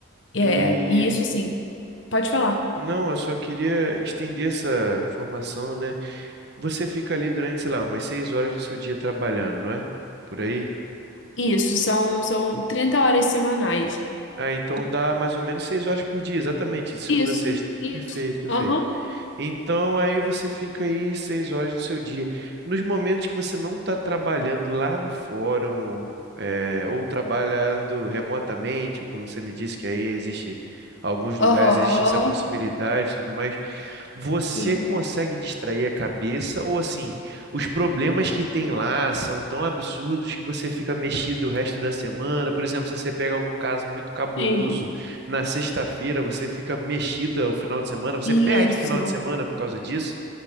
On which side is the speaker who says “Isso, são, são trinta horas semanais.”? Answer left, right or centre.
Left